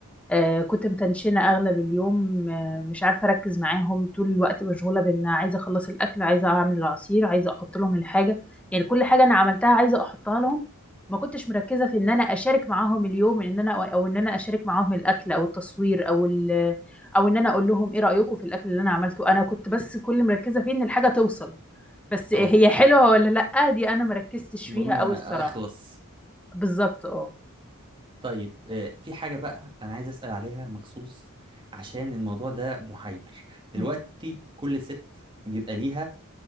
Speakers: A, in the centre; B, on the right.
A: آه، كنت متنشنة أغلب اليوم آه، مش عارفة أركز معاهم طول الوقت مشغولة بإن عايزة أخلص الأكل عايزة أعمل العصير عايزة أحط لهم الحاجة يعني كل حاجة أنا عملتها عايزة أحطها لهم ما كنتش مركزة في إن أنا أشارك معاهم اليوم إن أنا أو إن أنا أشارك معاهم الأكل أو التصوير أو ال أو إن أنا أقول لهم إيه رأيكم في الأكل اللي أنا عملته أنا كنت بس كل مركزة فيه إن الحاجة توصل بس هي
B: اه
A: حلوة ولا لأ دي أنا مركزتش
B: المهم
A: فيها أوي
B: اخلص
A: الصراحة بالظبط اه
B: طيب آه، في حاجة بقى انا عايز اسأل عليها مخصوص عشان الموضوع ده محير دلوقتي
A: م-
B: كل ست بيبقى ليها